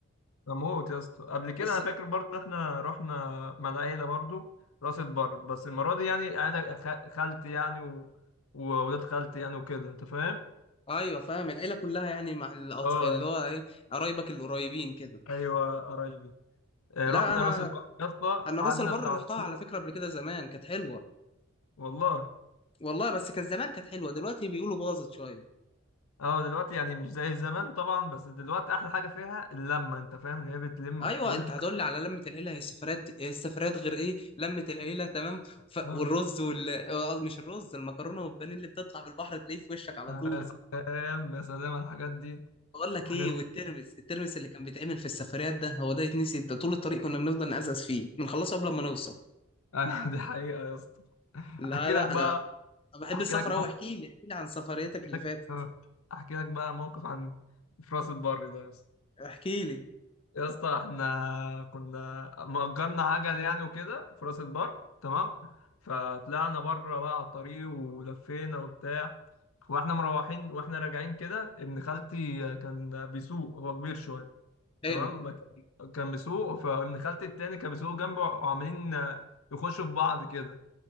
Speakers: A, on the left; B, on the left.
A: اموت يا اسطى قبل كده
B: بس
A: انا فاكر برضو احنا رحنا مع العيله برضو راس البر بس المره دي يعني عيله خ- خالتي يعني و... وولاد خالتي يعني وكده انت فاهم
B: ايوه فاهم العيله كلها يعني مع الأط...
A: اه
B: اللي هو ايه قرايبك القريبين كده
A: ايوه قرايبي آه،
B: لا
A: رحنا
B: انا
A: راس البر يا اسطى
B: انا
A: قعدنا
B: راس البر
A: بتاع
B: رحتها
A: اسبوع
B: على فكره قبل كده زمان كانت حلوه
A: والله
B: والله بس كان زمان كانت حلوه دلوقتي بيقولوا باظت شويه
A: اه دلوقتي يعني مش زي زمان طبعا بس دلوقتي احلى حاجه فيها اللمه انت فاهم اللي هي بتلم
B: ايوه
A: الكل
B: انت هتقول لي على لمه العيله هي السفرات دي- السفرات غير ايه لمه العيله تمام ف...
A: اه
B: والرز وال آه، مش الرز المكرونه والبانيه اللي بتطلع من البحر تلاقيه في وشك على
A: يا
B: طول
A: سلام يا سلام على الحاجات دي
B: بقول لك
A: الحاجات
B: ايه
A: دي
B: والترمس الترمس اللي كان بيتعمل في السفريات ده هو ده يتنسي ده طول الطريق كنا بنفضل نقزقز فيه بنخلصه قبل ما نوصل
A: آه، دي حقيقه يا اسطى
B: لا
A: احكي
B: لا
A: لك بقى
B: انا أنا بحب
A: احكي
B: السفر
A: لك
B: أوي
A: موقف
B: احكي لي احكي لي عن سفريتك
A: احكي
B: اللي
A: لك
B: فاتت
A: آه، أحكي لك بقى موقف عن في راس البر ده يا اسطى
B: احكي لي
A: يا اسطى احنا كنا مأجرنا عجل يعني وكده في راس البر تمام فطلعنا بره بقى على الطريق ولفينا وبتاع واحنا مروحين واحنا راجعين كده ابن خالتي كان بيسوق هو كبير شويه
B: حلو
A: تمام ما كان كان بيسوق فابن خالتي التاني كان بيسوق جنبه وعمالين يخشوا في بعض كده